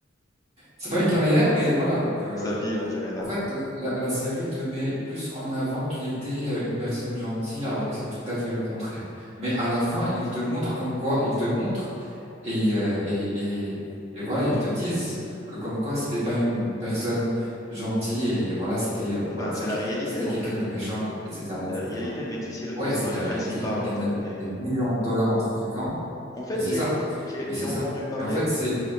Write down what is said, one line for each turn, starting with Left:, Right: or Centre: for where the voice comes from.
Right: c'est pas une carrière, mais
Left: <laughs> c'est-
Right: voilà, donc. euh,
Left: sa vie en général.
Right: En fait, la, la série te met plus en avant qu'il était euh, une personne gentille, alors que c'est tout à fait le contraire. Mais à la fin, il te montre comme quoi, il te montre et, euh, et, et, et voilà, ils te disent que comme quoi c'était pas une personne gentille et voilà, c'était euh,
Left: Ben,
Right: voilà, c'est
Left: c'est
Right: qui-
Left: la réalité
Right: c'était
Left: en
Right: quelqu'un
Left: fait.
Right: de méchant, etc., etc.
Left: C'est la réalité, même si c'est le personnage
Right: Ouais, c'est la
Left: principal
Right: réalité. Il a gagné
Left: en fait. Mais,
Right: des millions
Left: mais-
Right: de dollars en trafiquant,
Left: en fait,
Right: mais c'est
Left: j'ai,
Right: ça,
Left: j'ai,
Right: mais
Left: j'ai
Right: c'est
Left: entendu
Right: ça.
Left: parler,
Right: Mais en fait, c'est